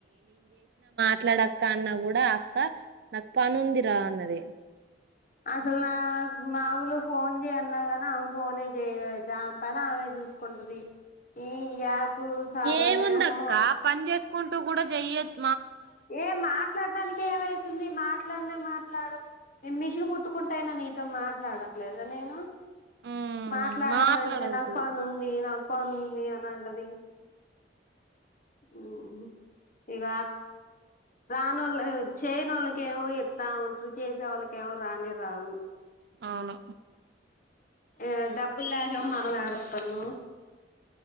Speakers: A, on the right; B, on the left.
A: మాట్లడక్క అన్నా కూడా అక్క, నాకు పని ఉందిరా అన్నది.
B: అసలు నాక్ మామూలుగ ఫోన్ చేయన్నా కానీ ఆమె ఫోనే చేయ అయితే ఆమె పనీ ఆమె చూసుకుంటది. ఈ యాప్ సారోళ్ళేమో
A: ఏముందక్క పని చేసు కుంటూ కూడా చేయొచ్చు,
B: ఏం మాట్లాడడానికి ఏమై ఉంది మాట్లాడినే మాట్లాడదు నేను మిషన్ కుట్టుకుంటా, అయినా నీతో మాట్లాడట్లేదా నేను
A: ఉమ్
B: మాట్లాడమ
A: మాట్లాడొచ్చు
B: అంటే నాకు పని ఉంది, నాకు పని ఉంది అని అంటది. ఉహు ఇక రానోళ్లు చేయనోలకేమో చెప్తా ఉంటారు. చేసే వాళ్ళకేమో రానే రావు,
A: అవును
B: ఆ డబ్బులు లేకఏమో మనం ఏడతానం,